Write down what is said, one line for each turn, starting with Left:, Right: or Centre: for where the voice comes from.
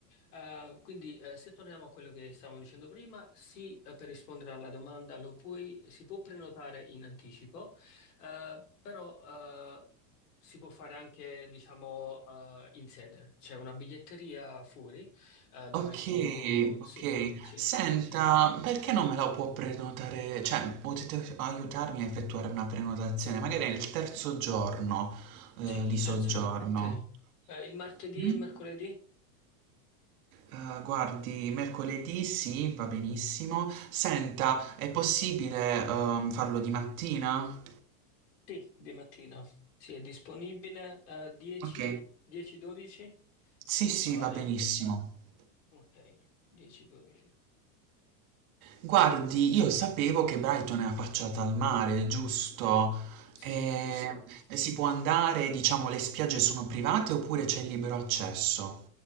Left: Eh, quindi, eh, se torniamo a quello che stavamo dicendo prima, sì, eh, per rispondere alla domanda lo puoi, si può prenotare in anticipo, eh, però eh, si può fare anche, diciamo, eh, in sede. C'è una biglietteria fuori, eh, dove
Right: Ok,
Left: si può...
Right: ok.
Left: Sì, sì.
Right: Senta,
Left: I-
Right: perché non me la può prenotare? Cioè, potete aiutarmi a effettuare una prenotazione, magari è il terzo giorno eh,
Left: Sì,
Right: di
Left: il
Right: soggiorno.
Left: terzo giorno, ok. Eh, il martedì,
Right: Mm?
Left: il mercoledì?
Right: Ah, guardi, mercoledì sì, va benissimo. Senta, è possibile, ehm, farlo di mattina?
Left: Sì, di mattina. Sì, è disponibile, eh, 10,
Right: Ok.
Left: 10-12?
Right: Sì, sì,
Left: Orario?
Right: va benissimo.
Left: Ok, 10-12.
Right: Guardi, io sapevo che Brighton è affacciata al mare, giusto?
Left: Sì,
Right: E
Left: giusto.
Right: si può andare, diciamo, le spiagge sono private oppure c'è il libero accesso?